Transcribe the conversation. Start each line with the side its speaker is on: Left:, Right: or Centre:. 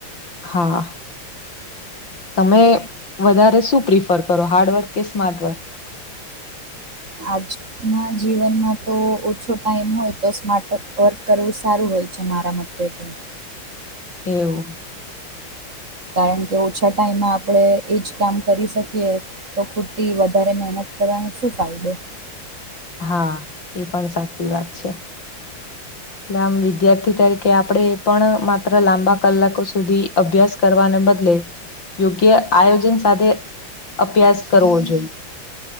Left: હા. તમે વધારે શું પ્રિફર કરો હાર્ડવર્ક, કે સ્માર્ટ વર્ક?
Right: આ જ ના જીવનમાં તો ઓછો ટાઈમ હોય તો સ્માર્ટ વક વર્ક કરવું સારું હોય છે મારા મત તે તો.
Left: એવું.
Right: કારણ કે ઓછા ટાઈમમાં આપણે એજ કામ કરી શકીએ. તો ખોટી વધારે મહેનત કરવાનો શું ફાયદો?
Left: હા, એ પણ સાચી વાત છે. એટલે આમ વિદ્યાર્થી તરીકે આપણે પણ માત્ર લાંબા કલાકો સુધી અભ્યાસ કરવાને બદલે યોગ્ય આયોજન સાથે અભ્યાસ કરવો જોઈએ.